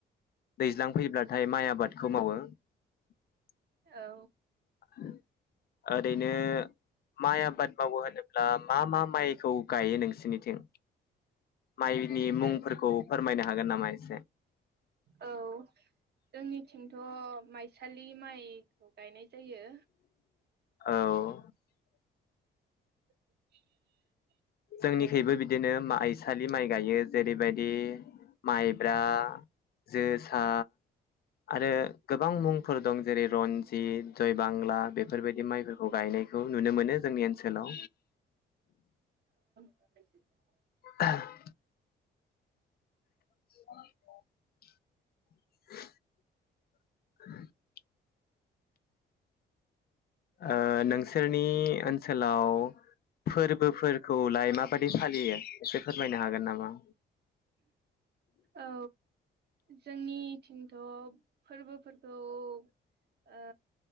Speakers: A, on the left; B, on the right.
A: दैज्लां फैयोब्लाथाय माइ आबाद खौ मावो <inaudible>
B: औ
A: ओरैनो माइ आबाद मावो होनोब्ला मा मा माइखौ गायो नोंसिरनिथिं माइनि मुंफोरखौ
B: जों
A: फोरमायनो हागोन नामा एसे
B: औ जोंनिथिंथ' माइसालि माइ गायनाय जायो
A: औ
B: <inaudible>
A: जोंनिखैबो बिदिनो आइसालि माइ गायो जेरैबायदि माइब्रा जोसा आरो गोबां मुंफोर दं जेरै रनजित जय बांला बेफोरबायदि माइफोरखौ गायनायखौ नुनो मोनो जोंनि ओनसोलाव
B: <inaudible>
A: <inaudible> <inaudible> ओ नोंसोरनि ओनसोलाव फोरबोफोरखौलाय माबायि फालियो एसे फोरमायनो हागोन नामा?
B: औ जोंनि थिंथ' फोरबोफोरखौ ओ